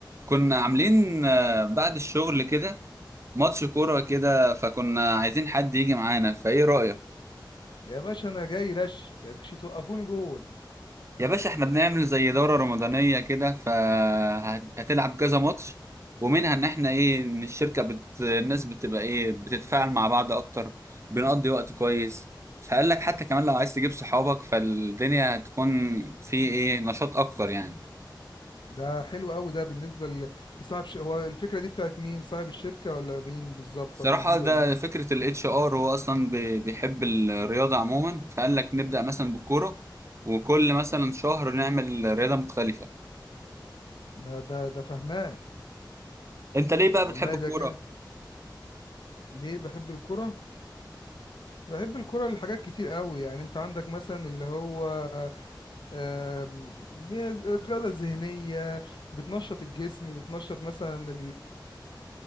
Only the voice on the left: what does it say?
يا باشا انا جاي رش يكش توقفوني جون
ده حلو قوي ده بالنسبه ل- لصاحب ش... هو الفكره دي بتاعت مين صاحب الشركه ولا مين بالظبط
ولا مدير
ولا مين
ده ده ده فهمان
والله
ده كده ليه بحب الكرة بحب الكرة لحاجات كتير قوي يعني انت عندك مثلا اللي هو آم، بيز- الرياضة الذهنية بتنشط الجسم بتنشط مثلا